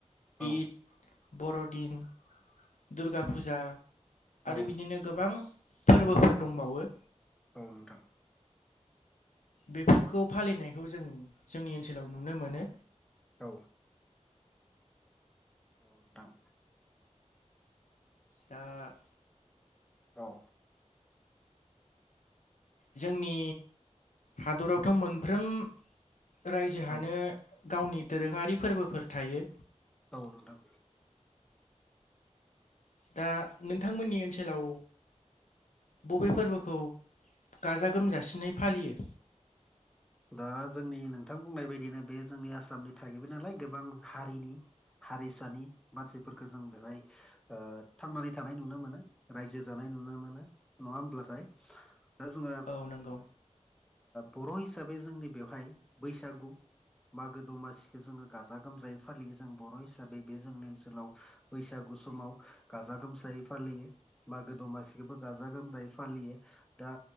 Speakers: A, in the centre; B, on the left.
A: औ
B: इद, बर'दिन दुर्गा फुजा
A: औ
B: आरो बिदिनो गोबां फोरबोफोर दंबावो।
A: ओं नोंथां।
B: बेफोरखौ फालिनायखौ जों जोंनि ओनसोलाव नुनो मोनो।
A: औ औ नोंथां
B: दा
A: औ
B: जोंनि हादरावथ' मोनफ्रोम रायजोहानो
A: औ
B: गावनि दोरोङारि फोरबोफोर थायो।
A: औ नोंथां।
B: दा नोंथांमोननि ओनसोलाव बबे फोरबोखौ गाजा गोमजासिनै फालियो?
A: दा जोंनि नोंथां बुंनाय बायदियनो बे जोंनि आसामनि थागिबि नालाय गोबां हारिनि हारिसानि मानसिफोरखौ जों बेहाय ओ थांनानै थानाय नुनो मोनो रायजो जानाय नुनो मोनो नङा होमब्लाथाय दा जोङो
B: औ नंगौ
A: बर' ओ हिसाबै जोंनि बेवहाय बैसागु मागो दमासिखौ जोङो गाजा गोमजायै फालियो जों बर' हिसाबै बे जोंनि ओनसोलाव। बैसागु समाव गाजा गोमजायै फालियो। मागो दमासिखौबो गाजा गोमजायै फालियो। दा